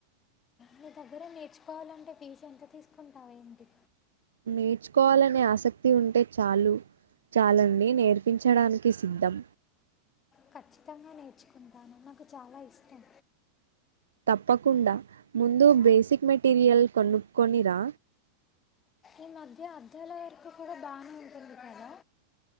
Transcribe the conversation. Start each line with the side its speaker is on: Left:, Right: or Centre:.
Left: మీ దగ్గర నేర్చుకోవాలంటే ఫీజు ఎంత తీసుకుంటావ్ ఏంటి.
Right: నేర్చుకోవాలనే ఆసక్తి ఉంటే చాలు చాలండి నేర్పించడానికి సిద్ధం
Left: ఖచ్చితంగా నేర్చుకుంటాను నాకు చాలా ఇష్టం.
Right: తప్పకుండా ముందు బేసిక్ మెటీరియల్ కొనుక్కోనిరా.
Left: ఈ మధ్య అద్దాల వర్క్ కూడా బానే ఉంటుంది కదా.